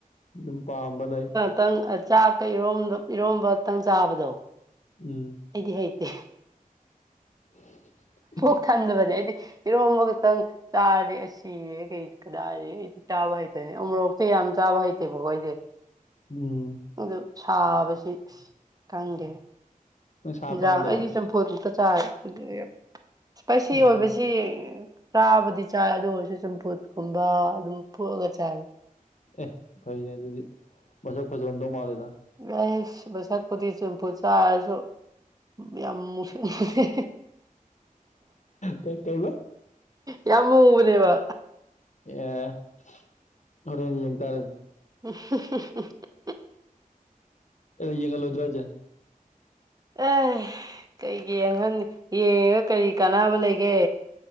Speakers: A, on the left; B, on the right.
A: ꯑꯗꯨꯝ ꯄꯥꯝꯕ ꯂꯩ
B: ꯇꯪ ꯑꯥ ꯆꯥꯛꯀ ꯏꯔꯣꯝꯕ ꯏꯔꯣꯝꯕꯇꯪ ꯆꯥꯕꯗꯣ
A: ꯎꯝ
B: ꯑꯩꯗꯤ ꯍꯩꯇꯦ
A: <unintelligible>
B: ꯄꯨꯛ ꯊꯟꯗꯕꯅꯦ ꯑꯩꯗꯤ ꯏꯔꯣꯝꯕ ꯈꯇꯪ ꯆꯥꯔꯗꯤ ꯑꯩ ꯁꯤ ꯁꯤꯔꯦ ꯀꯩꯅꯣ ꯀꯗꯥꯏꯗꯩ ꯑꯩꯗꯤ ꯆꯥꯕ ꯍꯩꯇꯦꯅꯦ ꯎꯃꯣꯔꯣꯛꯇꯤ ꯌꯥꯝ ꯆꯥꯕ ꯍꯩꯇꯦꯕꯀꯣ ꯑꯩꯗꯤ
A: ꯎꯝ
B: ꯑꯗꯨ ꯁꯥꯕꯁꯤ ꯈꯪꯗꯦ
A: ꯅꯪ ꯁꯥ
B: ꯌꯦꯟꯖꯥꯡ
A: ꯄꯥꯝꯗꯕ
B: ꯑꯩꯗꯤ ꯆꯝꯐꯨꯠ ꯆꯝꯐꯨꯠꯀ ꯆꯥꯔꯦ ꯑꯗꯩ ꯏꯁꯄꯥꯏꯁꯤ
A: ꯎꯝ
B: ꯑꯣꯏꯕꯁꯤ ꯁꯤ ꯆꯥꯕꯨꯗꯤ ꯆꯥꯏ ꯑꯗꯨ ꯑꯣꯏꯔꯁꯨ ꯆꯝꯐꯨꯠꯀꯨꯝꯕ ꯑꯗꯨꯝ ꯐꯨꯠꯂꯒ ꯆꯥꯏ
A: ꯑꯦ ꯐꯩꯅꯦ ꯑꯗꯨꯗꯤ ꯃꯁꯛ ꯐꯖꯔꯝꯗꯧ ꯃꯥꯜꯂꯦꯗ
B: ꯑꯩꯁ ꯃꯁꯛꯄꯨꯗꯤ ꯆꯨꯝꯐꯨꯠ ꯆꯥꯔꯁꯨ ꯌꯥꯝ ꯃꯨꯁꯪꯂꯁꯦ
A: ꯀꯩ ꯀꯩꯕ
B: ꯌꯥꯝ ꯃꯨꯕꯅꯦꯕ
A: ꯑꯦ ꯍꯣꯔꯦꯟ ꯌꯦꯡ ꯇꯥꯔꯦ ꯑꯗꯨ
B: ꯍ
A: ꯌꯦꯡꯉ ꯂꯣꯗ꯭ꯔꯖꯥ ꯍꯥꯏꯔꯤꯁꯤ
B: ꯑꯦ ꯀꯩꯒꯤꯍꯟ ꯌꯦꯡꯉꯒ ꯀꯔꯤ ꯀꯥꯟꯅꯕ ꯂꯩꯒꯦ